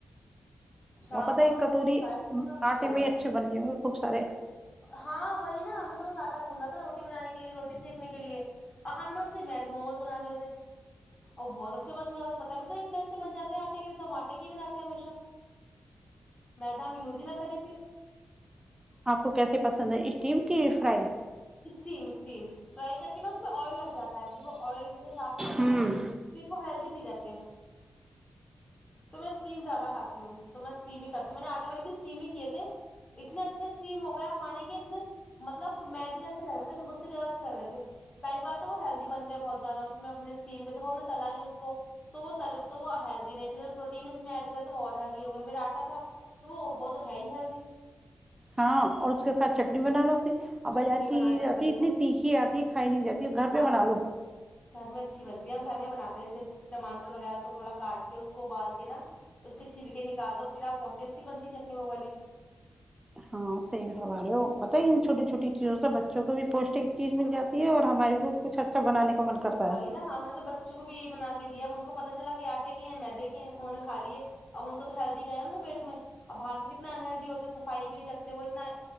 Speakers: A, on the left; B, on the right.
A: شام
B: اور پتہ
A: کو
B: ہے ایک
A: ہم
B: کٹوری
A: موموز کھائے تھے اور
B: آٹے
A: سو
B: میں
A: گئے
B: اچھے بن گئے ہوں گے خوب سارے
A: ہاں وہی نا ہمیں تو بس آٹا گھندنا تھا روٹی بنانے کے لیے روٹی سیک نے کے لیے ہم نے اس سے مید موموز بنا لیے تھے اور بہت اچھے بنگے ہمیں پتا بھی نہیں اتنے اچھے بنجاتے آٹے کے تو ہم آٹے کی بناتے ہمیشہ میدہ ہم یوز ہی نہ کریں پھر
B: آپ کو کیسے پسند ہے اسٹیم کی فرائی
A: اسٹیم اسٹیم فرائی کر کے نا اس میں آئل لگ جاتا ہے پھر وہ آئل کے حساب سے نا
B: ہوں
A: پھر وہ ہیلدی نہیں رہتے تو میں اسٹیم زیادہ کھاتی ہوں تو میں اسٹیم ہی کرتی ہوں میں نےاٹے والے بھی اسٹیم ہی کیے تھے اتنے اچھے اسٹیم ہو گئے آپ مانیں گے اتنے مطلب میدے جے سے لگ رہے تھے اس سے بھی زیادہ اچھے لگ رہ تھے پہلی بات تو وہ ہیلدی بن گئے بہت زیادہ اس میں اپنے اسٹیم دھو ہم نے تلا نہیں اس کو تو وہ تلب تو وہ ہیلدی رہے پھر پروٹین اس میں ایڈ کر تو وہ اور ہیلدی ہو گیا پھر آٹا تھا تو وہ وہ تو ہے ہی ہیلدی
B: ہاں اور اس کے ساتھ چٹنی بنا لو اپنی ا
A: چٹنی
B: بازار کی
A: بنا لی
B: آتی
A: بالکل
B: ہے اتنی تیکھی آتی ہے کھائی نہیں جاتی ہے گھر
A: ہاں
B: پے بنا لو
A: گھر میں اچھی بنتی ہے ہم گھر میں بناتے ٹماٹر وغیرہ کو تھوڑا کاٹ کے اس کو ابال کے نا اس کے چھلکے نکال دو پھر آپ بہت ٹیسٹی بنتی چٹنی وہ والی
B: ہاں سی پھروارے ہو پتہ ہی ان چھوٹی چھوٹی چیزوں سے بچوں کو بھی پوشٹک چیز مل جاتی ہے اور ہماریے کو کچھ اچھا بنانے کا من کرتا ہے
A: ہاں ہاں میں تو بچ چوں کو بھی یہی بنا کے دیا ا ان کو پتہ چلا کہ آٹے کے ہیں میدے کے ہیں انہوں نے کھالئے اب ان کو تو ہیلدی گیا نا و پیٹ میں اب بھاگ کے کتنا انہلدی ہوتے صفائی بھی نہیں رکھتے وہ اتنا